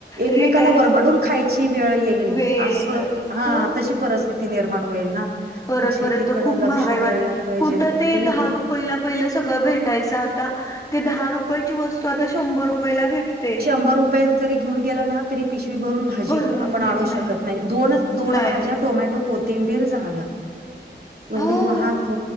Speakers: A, on the right (about 60°); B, on the left (about 20°).
A: एकमेकांना
B: रिटायर
A: वरबडून खायची वेळ येईल
B: वेळ
A: अस.
B: येणार आहे
A: हा,
B: हो
A: तशी परिस्थिती निर्माण होईल ना?
B: परत
A: मग शेतीकडे
B: परत त खूप
A: लक्ष
B: महागाई
A: द्यायला
B: वाढत.
A: पाहिजे.
B: कुठं
A: खूप
B: ते दहा रुप पहिला पहिलं सगळं भेटायचं आता ते दहा रुपयाची वस्तू. आता शंभर रुपयला भेटते.
A: शंभर रुपये जरी घेऊन गेला ना. तरी पिशवी भरून भाजी
B: भरून
A: भाजी आपण
B: येत
A: आणू शकत नाही. दोनच दोन
B: नाही
A: भाज्या
B: नाही
A: टोमॅटो, कोथिंबीर झालं. एवढी
B: हो
A: महाग,